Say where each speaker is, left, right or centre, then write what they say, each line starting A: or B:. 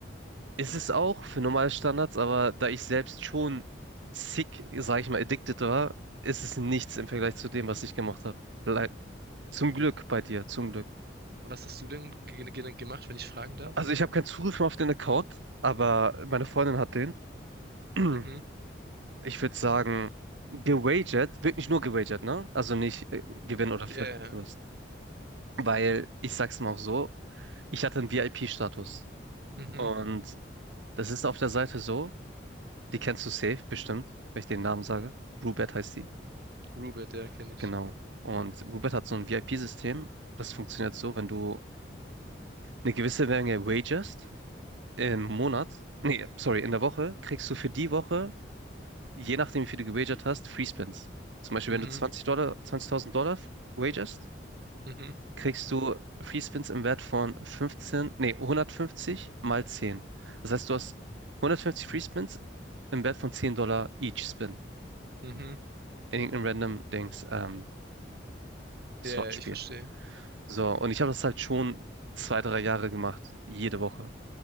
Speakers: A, on the right; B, on the right.
A: Ist es auch für normale Standards, aber da ich selbst schon sick, sag ich mal, addicted war, ist es nichts im Vergleich zu dem, was ich gemacht habe. Leid. Zum Glück bei dir, zum Glück.
B: Was hast du denn ge ge gemacht, wenn ich fragen darf?
A: Also ich habe keinen Zugriff mehr auf den Account, aber meine Freundin hat den. <clears throat>
B: Mhm.
A: Ich würde sagen, gewagert, wirklich nur gewagert, ne? Also nicht äh, Gewinn oder
B: Ja,
A: Ver-
B: ja.
A: Verlust. Weil, ich sag's mal auch so, ich hatte einen VIP-Status.
B: mhm.
A: Und das ist auf der Seite so, die kennst du safe, bestimmt, wenn ich den Namen sage. Rubert heißt die.
B: Rubert, ja, kenne ich.
A: Genau. Und Uber hat so ein VIP-System. Das funktioniert so, wenn du eine gewisse Menge wagerst im Monat, nee, sorry, in der Woche, kriegst du für die Woche, je nachdem, wie viel du gewagert hast, Free Spins. Zum Beispiel,
B: Mhm,
A: wenn du 20 Dollar, 20.000 Dollar wagerst,
B: mhm,
A: kriegst du Free Spins im Wert von 15, nee, 150 mal 10. Das heißt, du hast 150 Free Spins im Wert von 10 Dollar each Spin
B: mhm.
A: in irgendeinem random Dings, ähm, Casino-Slot-Spiel.
B: Ja, ja, ich verstehe.
A: So, und ich habe das halt schon zwei, drei Jahre gemacht, jede Woche.